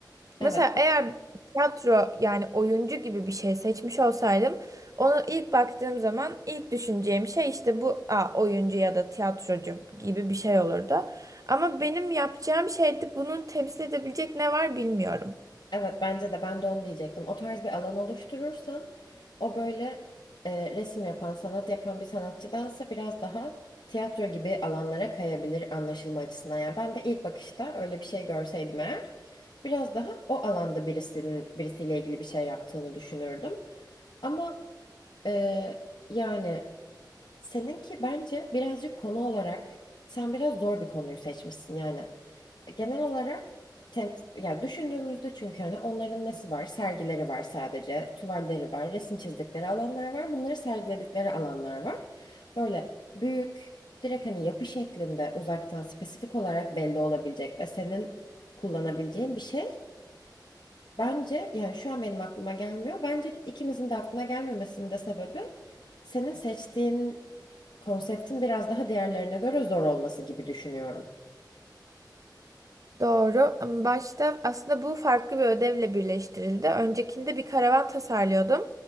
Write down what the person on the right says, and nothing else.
Mesela eğer tiyatro yani oyuncu gibi bir şey seçmiş olsaydım onu ilk baktığım zaman ilk düşüneceğim şey işte bu a, oyuncu ya da tiyatrocu gibi bir şey olurdu. Ama benim yapacağım şeyde bunu temsil edebilecek ne var bilmiyorum.
Doğru. Am- Başta aslında bu farklı bir ödevle birleştirildi. Öncekinde bir karavan tasarlıyordum